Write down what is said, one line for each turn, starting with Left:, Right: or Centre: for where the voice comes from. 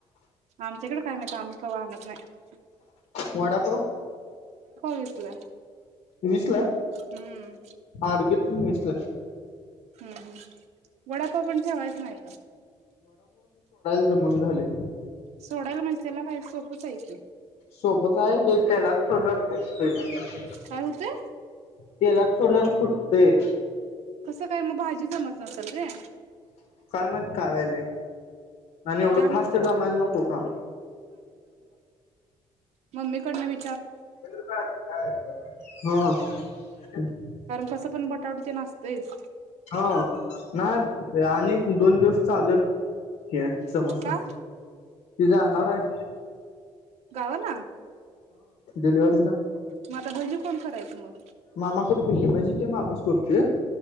Right: आमच्याकडं काय माहित ना् आम्ही कव्हा आणत नाय <inaudible>
Left: वडापाव
Right: विकलाय
Left: वीसला
Right: हम्म
Left: <unintelligible> फ्लॅश
Right: हम्म हम्म वडापाव पण ठेवायचा हाय
Left: जमना झालय
Right: सोडायल म्हणजे त्याला काय सोपंच आहे की
Left: सोबत आहे ते त्याला <unintelligible>
Right: काय होतंय?
Left: तेलात सोडल्यावर फुटतंय.
Right: कसं काय मग भाजी जमत नसेल रे
Left: <unintelligible> आणि एवढं
Right: जरा
Left: फास्ट
Right: मग
Left: जमायला नको का?
Right: मम्मी कडन वि
Left: <unintelligible> <inaudible>
Right: कारण कसं पण बटाटू ते नास तेज
Left: हां नाही आत् आणित दोन दिवस चालल हे. समोसा
Right: का
Left: ती गा येणारयं.
Right: गावाला?
Left: डिलेवरी ला.
Right: मग आता भजी कोण करायचं मग?
Left: मामा करतोय कि भजी ते मामाचं करतोय.